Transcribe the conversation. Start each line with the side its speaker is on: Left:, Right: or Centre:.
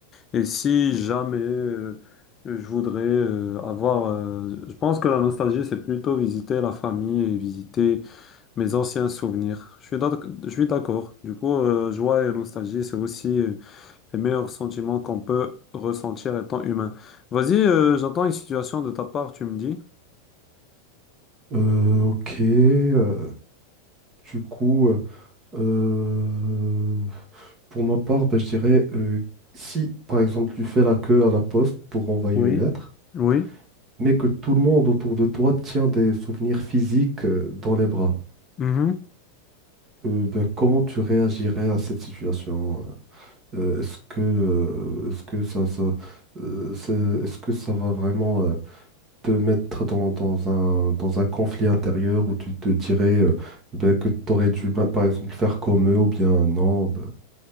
Left: Et si jamais euh, je voudrais euh, avoir, euh, je pense que la nostalgie, c'est plutôt visiter la famille et visiter mes anciens souvenirs. Je suis d'ac- je suis d'accord. Du coup, euh, joie et nostalgie, c'est aussi euh, les meilleurs sentiments qu'on peut ressentir étant humain. Vas-y, euh, j'attends une situation de ta part, tu me dis.
Right: Euh, ok, euh, du coup, euh, pour ma part, ben, je dirais euh, si par exemple tu fais la queue à la poste pour envoyer
Left: Oui,
Right: une lettre,
Left: oui.
Right: mais que tout le monde autour de toi tient des souvenirs physiques euh, dans les bras.
Left: mhm.
Right: Euh, ben, comment tu réagirais à cette situation? Euh, est-ce que, euh, est-ce que ça, ça, euh, c'est- est-ce que ça va vraiment euh, te mettre dans, dans un, dans un conflit intérieur où tu te dirais euh, ben, que tu aurais dû, ben, par exemple, faire comme eux ou bien non, ben,